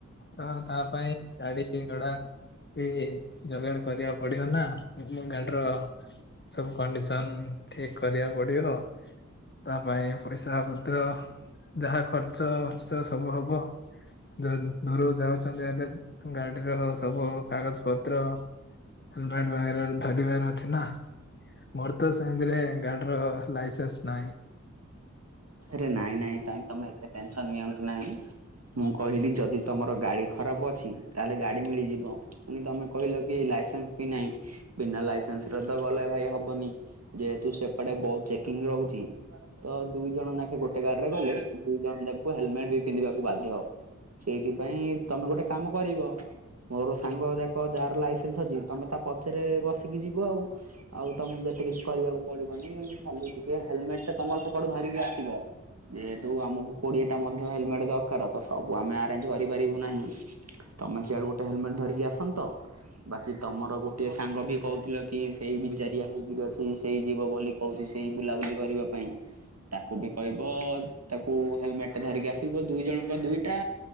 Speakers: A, on the left (about 40°); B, on the right (about 60°).
A: ତ ତା ପାଇଁ ଗାଡି ଘଡ଼ା ବି ଯୋଗାଣ କରିବା ପଡ଼ିବ ନା ମୋ ଗାଡ଼ିର ସବୁ କଣ୍ଡିସନ ଠିକ କରିବାକୁ ପଡ଼ିବ। ତା ପାଇଁ ପଇସା ପତ୍ର ଯାହା ଖର୍ଚ୍ଚ ବାର୍ଚ୍ଚ ସବୁ ହବ। ଯ ଦୂରକୁ ଯାଉଛନ୍ତି ହେଲେ ଗାଡିର ସବୁ କାଗଜ ପତ୍ର ହେଲମେଟ ଧରିବାର ଅଛି ନା। ମୋର ତ ସେମିତିରେ ଗାଡିର ଲାଇସେନ୍ସ ନାହିଁ।
B: ରେ ନାଇଁ ନାଇଁ କାଇଁ ତମେ ଏତେ ଟେନସନ ନିଅନ୍ତୁ ନାହିଁ। ମୁଁ କହିଲି ଯଦି ତମର ଗାଡ଼ି ଖରାପ ଅଛି ତାହେଲେ ଗାଡ଼ି ମିଳିଯିବ। ପୁଣି ତମେ କହିଲ କି ଲାଇସେନ୍ସ ବି ନାହିଁ। ବିନା ଲାଇସେନ୍ସରେ ତ ଗଲେ ଭାଇ ହବନି ଯେହେତୁ ସେପଟେ ବହୁତ ଚେକିଂ ରହୁଛି। ତ ଦୁଇ ଜଣ ନଖେ ଗୋଟେ ଗାଡିରେ ଗଲେ ଦୁଇ ଜଣ ଯାଖକୁ ହେଲମେଟ ବି ପିନ୍ଧିବାକୁ ବାଧ୍ୟ। ସେଇଥି ପାଇଁ ତମେ ଗୋଟେ କାମ କରିବ। ମୋର ସାଙ୍ଗ ଯାକ ଯାହାର ଲାଇସେନ୍ସ ଅଛି ତମେ ତା ପଛରେ ବସିକି ଯିବ ଆଉ। ଆଉ ତମକୁ ଏତେ କିଛି କରିବାକୁ ପଡିବନି ଖାଲି ଟିକେ ହେଲମେଟ ଟା ତମର ସେପଟୁ ଧରିକି ଆସିବ। ଯେହେତୁ ଆମକୁ କୋଡିଏଟା ମଧ୍ୟ ହେଲମେଟ ଦରକାର ତ ସବୁ ଆମେ ଆରେଞ୍ଜ କରିପାରିବୁ ନାହିଁ। ତମେ ସଆଡୁ ଗୋଟେ ହେଲମେଟ ଧରିକି ଆସନ୍ତ। ବାକି ତମର ଗୋଟିଏ ସାଙ୍ଗ ବି କହୁଥିଲ କି ସେଇ ବିଜାରିଆ ହେଇକିରି ଅଛି ସେଇ ଯିବ ବୋଲି କହୁଛି ସେଇ ବୁଲାବୁଲି କରିବା ପାଇଁ। ତାକୁ ବି କହିବ ତାକୁ ହେଲମେଟ ଧରିକି ଆସିବ ଦୁଇ ଜଣଙ୍କ ଦୁଇଟା।